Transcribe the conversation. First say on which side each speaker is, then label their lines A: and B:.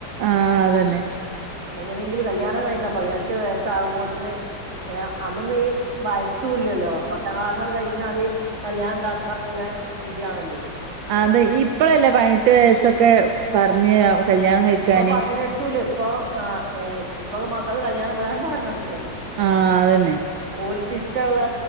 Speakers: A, on the right; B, on the right.
A: ആഹ അതന്നെ
B: എങ്ങനെയെങ്കിലും കല്യാണം കഴിക്കാ പതിനെട്ട് വയസ്സ ആകുമ്പോത്തിന് ഏ അന്നൊന്നും ഈ വയസ്സൂല്ലല്ലോ പത്താം ക്ലാസ്സൾ കഴിഞ്ഞാല് കല്യാണം ഉണ്ടാക്കി ന്നുള്ള രീതിയാണല്ലോ
A: അത് ഇപ്പഴല്ലേ
B: അതെ
A: പതിനെട്ട്
B: ഇപ്പഴല്ലേ
A: വയസ്സൊക്കെ
B: പതിനെട്ട് വയസൊക്കെ
A: പറഞ്ഞ്
B: പറഞ്ഞഞ്
A: കല്യാണം കഴിക്കാന്
B: ഇപ്പൊ പതിനെട്ടല്ല ഇപ്പ ആ് ഇപ്പൊക്കെ മക്കള് കല്യാണം വേണ്ട നടക്കാണ്
A: ആഹ് അതന്നെ
B: ഓക്ക് ഇഷ ഇഷ്ടമുള്ള